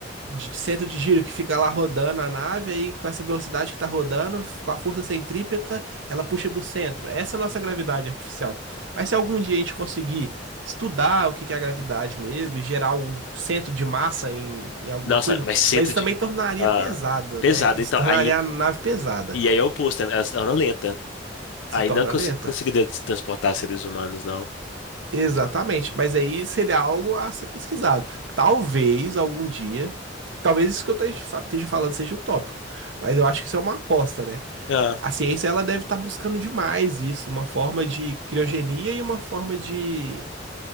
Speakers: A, on the right; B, on the left.
A: de centro de giro que fica lá rodando a nave, aí com essa velocidade que tá rodando, com a força centrípeta, ela puxa pro centro. Essa é a nossa gravidade artificial. Mas se algum dia a gente conseguir estudar o que que é a gravidade mesmo, e gerar algum centro de massa em, em alguma
B: Nossa,
A: coisa,
B: mas centro
A: mas isso
B: de...
A: também tornaria
B: Ah,
A: pesada,
B: pesado,
A: né? Isso
B: então,
A: tornaria
B: aí...
A: a nave pesada.
B: E aí é o oposto, né? elas andam lenta.
A: Se
B: Aí
A: torna
B: não cons
A: lenta?
B: conseguiria transportar seres humanos,
A: Exatamente, mas aí seria algo a ser pesquisado. Talvez algum dia, talvez isso que eu esteja fa- esteja falando seja utópico, mas eu acho que isso é uma aposta, né?
B: não.
A: A ciência ela deve estar buscando demais isso, uma forma de criogenia e uma forma de